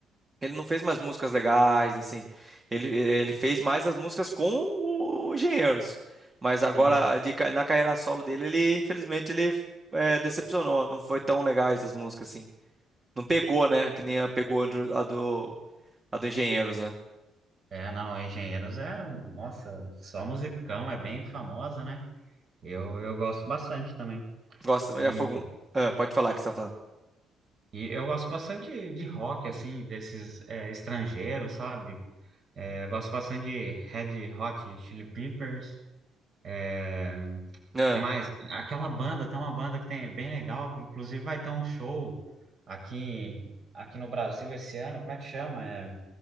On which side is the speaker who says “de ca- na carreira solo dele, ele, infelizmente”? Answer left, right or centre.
Right